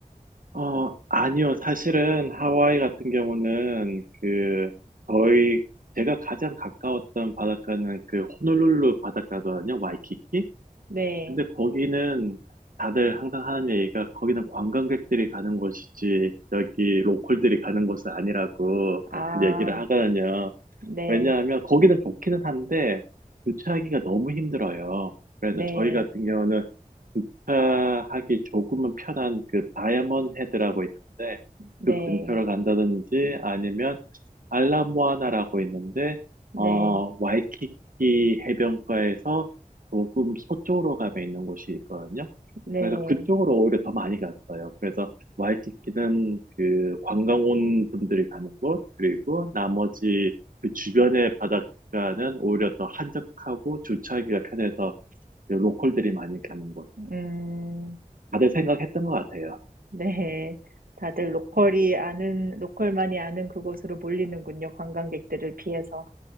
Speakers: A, on the right (about 70°); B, on the right (about 80°).
A: 어, 아니요. 사실은 하와이 같은 경우는 그 저희 제가 가장 가까웠던 바닷가는 그 호놀룰루 바닷가거든요. 와이키키.
B: 네.
A: 근데 거기는 다들 항상 하는 얘기가 거기는 관광객들이 가는 곳이지 여기 로컬들이 가는 곳은 아니라고
B: 아.
A: 맨날 얘기를 하거든요.
B: 네,
A: 왜냐하면 거기는 좋기는 한데 주차하기가 너무 힘들어요. 그래서
B: 네,
A: 저희 같은 경우는 주차 하기 조금은 편한 그 다이아몬드 헤드라고 있는데
B: 네,
A: 그 근처로 간다든지 아니면 알라모아나라고 있는데
B: 네,
A: 어 와이키키 해변가에서 조금 서쪽으로 가면 있는 곳이 있거든요.
B: 네,
A: 그래서 그쪽으로 오히려 더 많이 갔어요. 그래서 와이키키는 그 관광 온 분들이 가는 곳, 그리고 나머지 그 주변의 바닷가는 오히려 더 한적하고 주차하기가 편해서 그 로컬들이 많이 가는 곳.
B: 음,
A: 다들 생각했던 것 같아요.
B: 네. 다들 로컬이 아는, 로컬만이 아는 그곳으로 몰리는군요. 관광객들을 피해서.